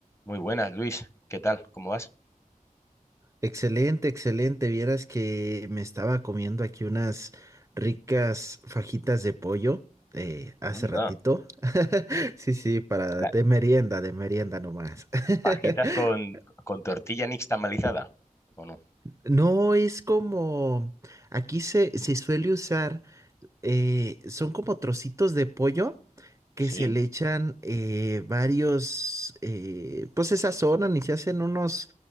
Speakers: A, on the left; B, on the right.
A: Muy buenas, Luis. ¿Qué tal? ¿Cómo vas?
B: Excelente, excelente. Vieras que me estaba comiendo aquí unas ricas fajitas de pollo eh, hace
A: Anda.
B: ratito. <laughs> Sí, sí, para
A: La-
B: de merienda, de merienda nomás.
A: ¿Fajitas
B: <laughs>
A: con, con tortilla nixtamalizada? ¿O no?
B: No es como aquí se, se suele usar. eh, son como trocitos de pollo que
A: ¿Sí?
B: se le echan eh, varios, eh, pues se sazonan y se hacen unos